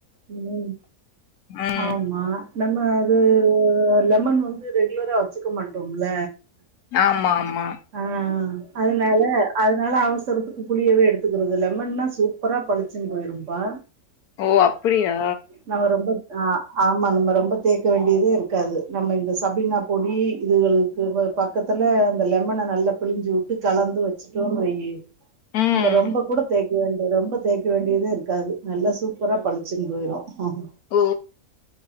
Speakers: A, on the right (about 60°); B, on the left (about 75°).
A: உம்
B: ம்.
A: ஆமா நம்ம அது லெமன் வந்து ரெகுலராக வச்சுக்க மாட்டோம்ல
B: ஆமா, ஆமா.
A: ஆ அதனால அதனால அவசரத்துக்கு புளியவே எடுத் துக்கிறது லெமன்னா சூப்பரா பளிச்சுன்னு போயிரும்ப்பா
B: ஓ! அப்படியா?
A: நா ரொம்ப ஆ ஆமா நம்ம ரொம்ப தேக்க வேண்டியதே இருக்காது நம்ம இந்த சபினா பொடி இதுகளுக்கு பக்கத்துல அந்த லெமன நல்லா பிழிஞ்சு விட்டு கலந்து வச்சுட்டோன்னு வையி
B: ம்.
A: நம்ம ரொம்ப ரொம்ப கூட தேக்க வேண்டிது ரொம்ப தேக்க வேண்டியதே இருக்காது நல்லா சூப்பரா பளிச்சுன்னு போயிரு ஆஹ
B: ஓ!